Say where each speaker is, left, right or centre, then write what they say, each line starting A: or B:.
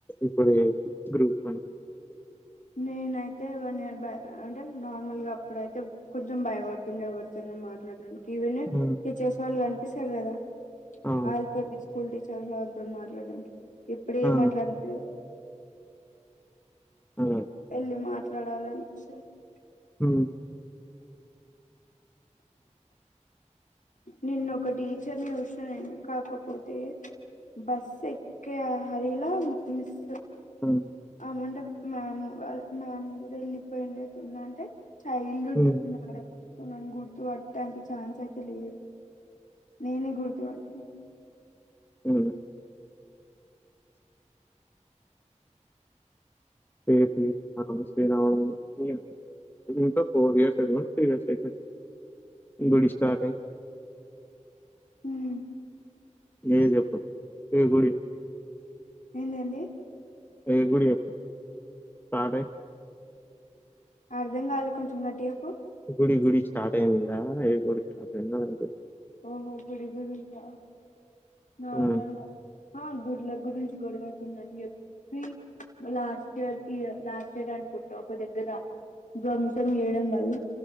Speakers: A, on the left; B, on the left.
A: ఇప్పుడు గ్రూప్ అని
B: నేనైతే వన్ ఇయర్ బ్యా అంటే నార్మల్ గా అప్పుడైతే కొంచెం భయపడుతుండే ఎవరితోన మాట్లాడడాని ఇవన్
A: ఆ
B: టీచర్స్ వాళ్ళు కన్ పిస్తది కదా
A: ఆ
B: ఆల్ తోని స్కూల్ టీచ టొజు వాళ్ళతో మాట్లాడడానికి ఇప్పుడేమట్లంటే
A: ఆ ఆ
B: వెళ్ళి మాట్లాడాలనిపిస <unintelligible>
A: హ్మ్.
B: నిన్న ఒక టీచర్ ని చూసిన నేను కాకపోతే బస్ ఎక్కే హర్రిలా మిస్
A: హ్మ్.
B: ఆమంటే మామ్ వాళ్ మామ్ కూడా వెళ్ళిపోయిండేటుందంటే చైల్డ్ హుడ్
A: హ్మ్.
B: మేడం సో నన్ను గుర్తు పట్టే అంత చాన్స్ అయితే లేదు నేను గుర్తు పట్టిన.
A: <unintelligible> ఏటి ఆమ్స్ వినపడుతుంది <unintelligible> ఇంకో ఫోర్ ఇయర్స్. కదా ప్రీవియస్ స్టేట్మెంట్ గుడి స్టార్టై
B: హ్మ్.
A: ఏ చెప్పు ఏ గుడి
B: ఏందండి
A: ఏ గుడి చెప్పు. స్టాటై
B: అర్ధం కాలే కొంచం గట్టిగా చెప్పు
A: గుడి గుడి స్టార్ట్ అయింది. ఆ ఏం గుడి <unintelligible>
B: ఓహో గుడి గురించా. నార్మల్
A: ఆ!
B: గా హా గు లా గురించి గొడవ అతుందని చెప్పి లాస్ట్ ఇయర్ ఇ లాస్ట్ ఇయర్ అనుకుంటా ఒక దగ్గర ధ్వంసం చేయడం వల్ల